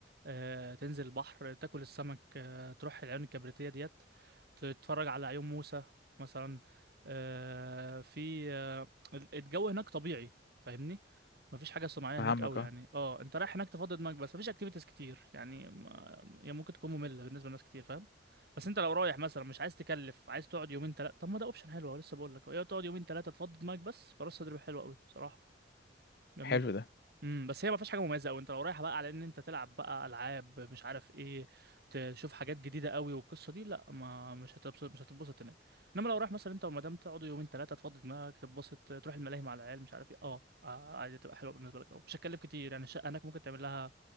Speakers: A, on the right; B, on the left.
A: آه، تنزل البحر تاكل السمك آه، تروح العيون الكبريتية ديت تتفرج على عيون موسى مثلا آه، في آه، ال- الجو هناك طبيعي فاهمني مفيش حاجة صناعية
B: فهمك
A: هناك قوي
B: اه
A: يعني اه انت رايح هناك تفضي دماغك بس مفيش اكتيفيتيز كتير يعني ما- هي ممكن تكون مملة بالنسبة لناس كتير فاهم بس انت لو رايح مثلا مش عايز تكلف عايز تقعد يومين ثلاثه طب ما ده اوبشن حلو أهو لسه بقول لك يا تقعد يومين ثلاثه تفضي دماغك بس فراس تدريب حلوه قوي بصراحه جميله
B: حلو ده
A: امم بس هي ما فيهاش حاجه مميزه قوي انت لو رايح بقى على ان انت تلعب بقى العاب مش عارف ايه تشوف حاجات جديده قوي والقصه دي لا ما مش هتبسط مش هتتبسط هناك انما لو رايح مثلا انت والمدام تقعدوا يومين ثلاثه تفضي دماغك تتبسط تروح الملاهي مع العيال مش عارف ايه اه اه، عادي تبقى حلوه بالنسبه لك قوي مش هتكلف كتير يعني الشقه هناك ممكن تعمل لها